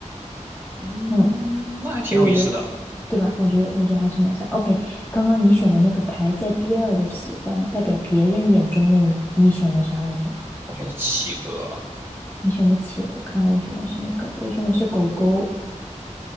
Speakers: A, on the right; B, on the left.
A: 嗯，
B: 嗯。
A: 那还挺有意思的。
B: 所以我觉得，对吧？我觉得，我觉得还是蛮像。OK，刚刚你选的那个排在第二的喜欢，代表别人眼中的你，你选的啥来着？
A: 我选的企鹅。
B: 你选的企鹅，我看我选的是哪个，我选的是狗狗。